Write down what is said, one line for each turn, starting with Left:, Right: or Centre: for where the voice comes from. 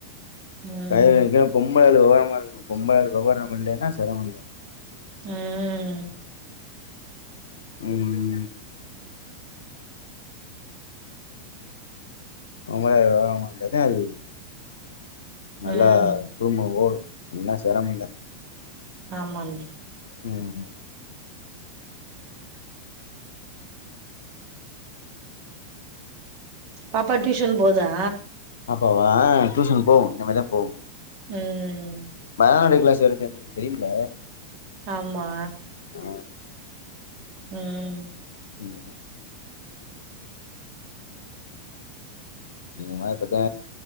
Right: ம்
Left: கயரு விறிகுற பொம்பளையாலு வெவரமா இருக்கணு பொம்பளையாலு வெவரம் இல்லேனா செரமந்தே
Right: ம்
Left: ம் பொம்பளையாலு வெவரமா இருந்தாதே அது நல்லா
Right: ம்
Left: குடும்போ ஓடு இல்லனா செரமந்தே
Right: ஆமாங்ணே
Left: ம்
Right: பாப்பா டியூஷன் போதா
Left: பாப்பாவா அ டியூஷன் போகு இனிமே தா போகு
Right: ம்
Left: பயாநாடு க்ளாஸ் வேற சேந்துருக்கு தெரியும்ல
Right: ஆமா
Left: அ
Right: ம்
Left: ம் இந்த மாதிரி இப்பத்தே